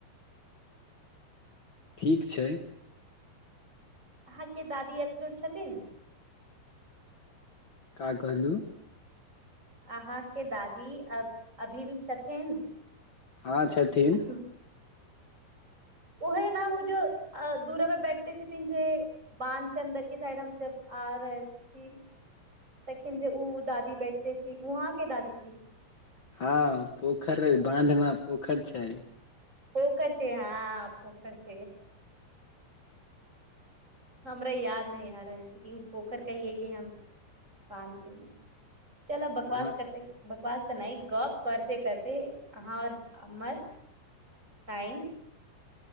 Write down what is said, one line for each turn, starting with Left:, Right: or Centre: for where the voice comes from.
Left: ठीक छै
Right: आहाँ के दादी एखनो छथिन?
Left: का कहलु?
Right: अहाँके दादी अ अभी भी छथिन
Left: हाँ, छथिन
Right: अखन ओहे न ओ जो अ दूरा पर बैठते छथिन जे बाँध से अन्दर के साइड हम जब आ रहल छी तखन जे ऊ दादी बैठते छी, उ अहां के दादी छी?
Left: हँ ऊ पोखर, बाँध ना पोखर छै
Right: पोखर छै, हाँ पोखर छै हमरा याद नहि आ रहल छै कि ओ पोखर कहिये कि हम बाँध कहिये चलब बकवास
Left: हँ
Right: करते बकवास त नहि गप करिते करिते आहां और हमर टाइम